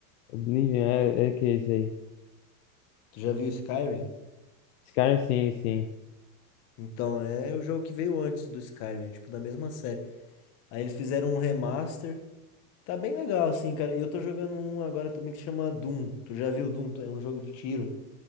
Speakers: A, on the left; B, on the left.
A: Oblivion é, é que é isso aí?
B: Tu já viu Skyrim?
A: Skyrim, sim, sim.
B: Então, é o jogo que veio antes do Skyrim, tipo da mesma série. Aí eles fizeram um remaster Tá bem legal, assim, cara. E eu tô jogando um agora também que se chama Doom. Tu já viu Doom? É um jogo de tiro.